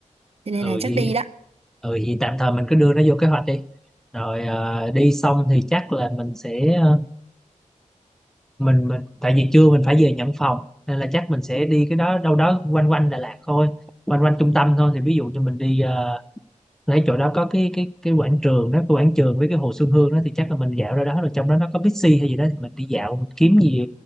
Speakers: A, on the right; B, in the centre.
A: Cho nên
B: ừ
A: là chắc
B: vậy
A: đi đó.
B: ừ vậy tạm thời mình cứ đưa nó vô kế hoạch đi rồi ờ, đi xong thì chắc là mình sẽ ờ, mình mình tại vì trưa mình phải về nhận phòng nên là chắc mình sẽ đi cái đó đâu đó quanh quanh Đà Lạt thôi quanh quanh trung tâm thôi thì ví dụ như mình đi ờ, lấy chỗ đó có cái cái cái quảng trường đó cái quảng trường với cái hồ Xuân Hương đó thì chắc là mình dạo ra đó rồi trong đó nó có Bixi hay gì đó thì mình đi dạo mình kiếm gì